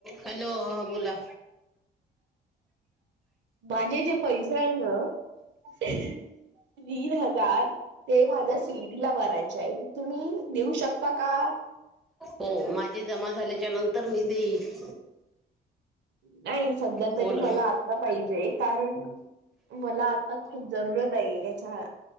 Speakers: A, in the centre; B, on the right.
A: हॅलो बोला.
B: माझे जे पैसे आहे ना, तीन हजार ते माझ्या सी ई टी ला भरायचे आहे तुम्ही देऊ शकता का.
A: हो माझे जमा झाल्याच्या नंतर मी देईल.
B: नाही, सध्या तरी
A: बोल
B: मला आता पाहिजे, कारण मला आता खूप जरूरत आहे. त्याचा